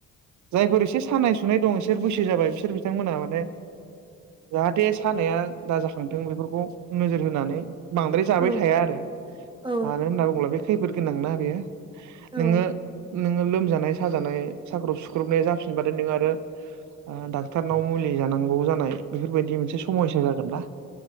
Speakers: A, on the right; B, on the right.
A: जायफोर एसे सानाय सुनाय दं। बिसोर बैसो जाबाय बिसोर बिथांमोनहा माने जाहाथे सानाया दाजाखांथों बेफोरखौ नोजोर होनानै बांद्राय जाबाय
B: औ
A: थाया आरो
B: औ
A: मानो होनना बुङोब्ला बे खैफोद गोनांना। बेयो।
B: औ
A: नोङो नोङो लोमजानाय। साजानाय साग्रुब सुख्रुबनाया जाफिनबथाय नोङो आरो। डाक्टरनाव मुलि जानांगौ जानाय। बेफोरबायदि मोनसे समयसा जागोननाा